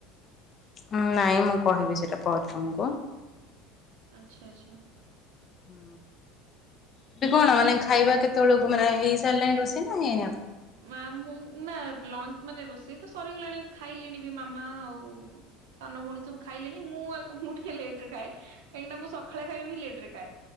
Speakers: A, on the left (about 40°); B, on the right (about 80°).
A: ଉମ ନାଇଁ ମୁଁ କହିବି ସେଟା ପରେ ତମକୁ।
B: ଆଚ୍ଛା ଆଚ୍ଛା।
A: ହୁଁ। ଏବେ କଣ ମାନେ ଖାଇବା କେତେବେଳକୁ ମାନେ ହେଇ ସାରିଲାଣି ରୋଷେଇ ନା ହେଇନି ଆପ
B: ମା ମୁଁ ନା ଲଞ୍ଚ ମାନେ ରୋଷେଇ ତ ସରିଗଲାଣି ଖାଇଲିଣି ବି ମାମା ଆଉ ସାନ ଭଉଣୀ ସବୁ ଖାଇଲେଣି ମୁଁ ମୁଁ ଟିକେ ଲେଟ ରେ ଖାଏ। କାହିଁକି ନା ମୁଁ ସକାଳେ ଖାଇବା ବି ଲେଟରେ ଖାଏ।